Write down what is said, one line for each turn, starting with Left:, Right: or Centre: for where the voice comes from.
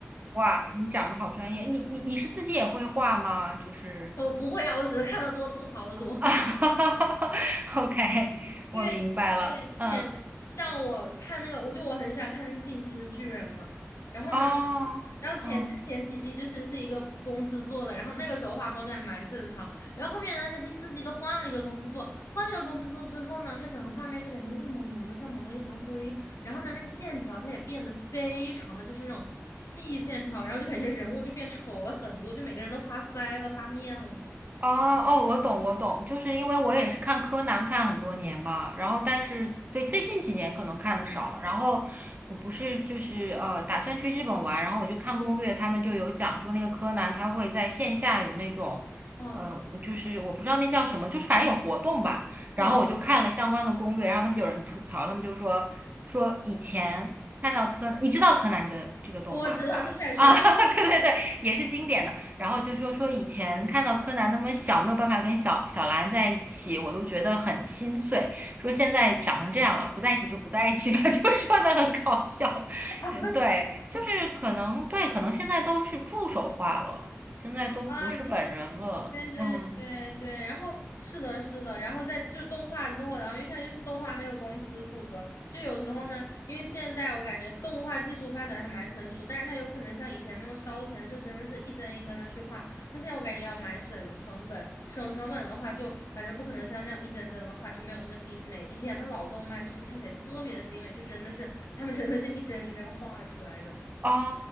Right: 哇，你讲的好专业，你你你是自己也会画吗？就是
Left: 我不会啊，我只是看的多，吐槽的多。
Right: <laughs>，OK，啊，
Left: 因为对之前像我看那个，
Right: 我明白了，嗯，
Left: 我就我很喜欢看那个《进击的巨人》嘛，然后呢，
Right: 哦，
Left: 然后前前几季就是是一个公司做的，
Right: 嗯。
Left: 然后那个时候画风就还蛮正常，然后后面呢，他第四季就换了一个公司做，换了一个公司做之后呢，他整个画面就感觉雾蒙蒙的，像蒙了一层灰，然后呢，那个线条它也变得非常的就是那种细线条，然后就感觉人物就变丑了很多，就每个人都发腮了、发面了，
Right: 哦哦，我懂，我懂，就是因为我也是看柯南看很多年嘛，然后但是对最近几年可能看的少了，然后我不是就是呃打算去日本玩，然后我就看攻略，他们就有讲说那个柯南他会在线下有那种呃我就是我不知道那叫什么，
Left: 嗯
Right: 就是反正有活动吧，然后我就看了相关的攻略，
Left: 嗯，
Right: 然后他们就有人吐槽，他们就说说以前看到柯，你知道柯南这个这个动漫吧？
Left: 我知道这太出名了。
Right: 啊，<laughs> 对对对，也是经典的。然后就说说以前看到柯南那么小，没有办法跟小小兰在一起，我都觉得很心碎。说现在长成这样了，不在一起就不在一起吧，<laughs> 就说的很搞笑。
Left: <laughs>
Right: 嗯，对，就是可能对，可能现在都是助手化了，现在都不是本人了。
Left: 啊，对对对对对，
Right: 嗯。
Left: 然后是的，是的，然后在就动画之后，然后因为它就是动画那个公司负责，就有时候呢，因为现在我感觉动画技术发展的还蛮成熟，但是他又不可能像以前那么烧钱，就真的是一帧一帧的去画，他现在我感觉要蛮省成本，省成本的话就反正不可能像那样一帧帧的画就没有那么精美，以前的老动漫就是看起来特别的精美，就真的是他们真的是一帧一帧画出来的，
Right: 哦